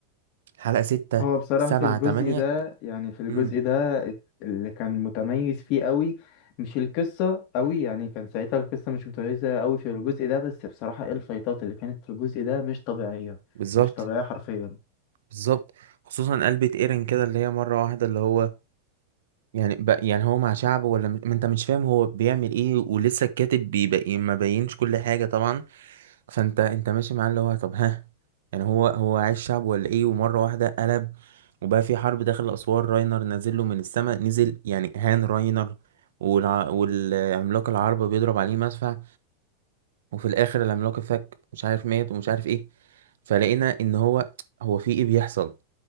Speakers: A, on the right; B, on the left.
A: حلقه ستة
B: هو بصراحة
A: سبعة
B: في الجزء
A: تمانية
B: ده يعني في الجزء
A: امم
B: ده اللي كان متميز فيه قوي مش القصة قوي يعني كان ساعتها القصة مش متميزة قوي في الجزء ده بس بصراحة ايه الفايتات اللي كانت في الجزء ده مش طبيعية
A: بالظبط
B: مش طبيعية حرفيا
A: بالظبط خصوصا قلبة ايرن كده اللي هي مره واحده اللي هو يعني ب... يعني هو مع شعبه ولا م... ما انت مش فاهم هو بيعمل ايه ولسه الكاتب بيبقى ايه، ما بينش كل حاجة طبعا فانت انت ماشي معاه اللي هو طب ها يعني هو هو عايش شعب ولا ايه ومرة واحدة قلب وبقى في حرب داخل أسوار راينر نازل له من السماء نزل يعني هان راينر والع... والعملاق العربة بيضرب عليه مدفع وفي الآخر العملاق الفك مش عارف مات ومش عارف ايه فلقينا ان هو هو في ايه بيحصل